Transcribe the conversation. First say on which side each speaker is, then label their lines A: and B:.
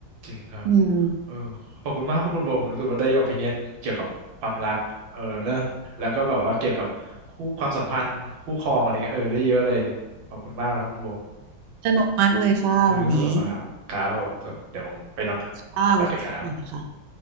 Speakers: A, on the right; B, on the right.
A: จริงครับ
B: อืม
A: เออขอบคุณมากครับคุณโบผมรู้สึกว่าได้ o อ i ิเน n เกี่ยวกับความรักเออเนอะแล้วก็แบบว่าเกี่ยวกับคู่ความสัมพันธ์คู่ครองอะไรเงี้ยเออได้เยอะเลยขอบคุณมากนะครับคุณโบ
B: สนุกมากเลยค่ะวันนี้
A: เออสนุกมากครับครับผมเดี๋ยวผมไปนอนก่อนสวัสดีครับ
B: ค่ะไว้คุยกันใหม่ค่ะ